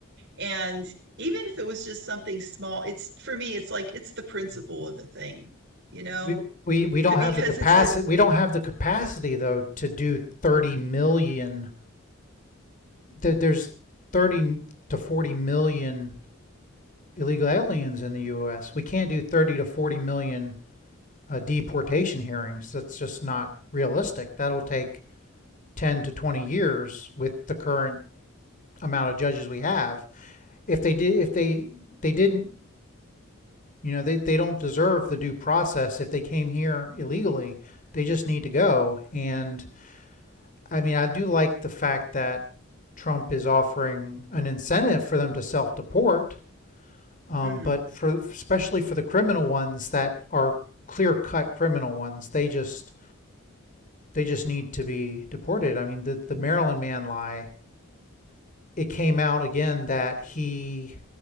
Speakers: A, on the right (about 60°); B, on the left (about 40°).
A: and even if it was just something small, it's for me, it's like it's the principle of the thing, you know.
B: We we we don't
A: because
B: have the capacity.
A: it's a
B: We don't have the capacity though to do 30 million. There's 30 to 40 million illegal aliens in the U.S. We can't do 30 to 40 million uh, deportation hearings. That's just not realistic. That'll take 10 to 20 years with the current amount of judges we have. If they did, if they they didn't, you know, they they don't deserve the due process if they came here illegally. They just need to go and I mean, I do like the fact that Trump is offering an incentive for them to self deport, um,
A: hmm
B: but for especially for the criminal ones that are clear cut criminal ones, they just they just need to be deported. I mean, the the Maryland man lie. It came out again that he